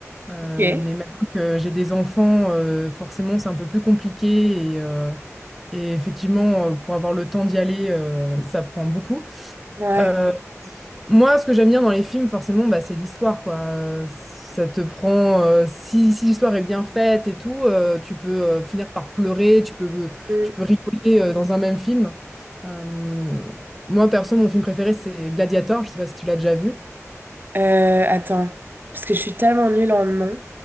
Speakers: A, in the centre; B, on the right.
A: Euh,
B: Ok.
A: mais maintenant que j'ai des enfants, euh, forcément, c'est un peu plus compliqué. Et, euh, et effectivement, euh, pour avoir le temps d'y aller, euh, ça prend beaucoup.
B: Ouais.
A: Euh, moi, ce que j'aime bien dans les films, forcément, bah, c'est l'histoire, quoi. Euh, Ça te prend... euh, si si l'histoire est bien faite et tout, euh, tu peux euh, finir par pleurer, tu peux,
B: Mm.
A: tu peux rigoler euh, dans un même film. Euh, moi, perso, mon film préféré, c'est Gladiator. Je sais pas si tu l'as déjà vu.
B: Euh, attends, parce que je suis tellement nulle en nom.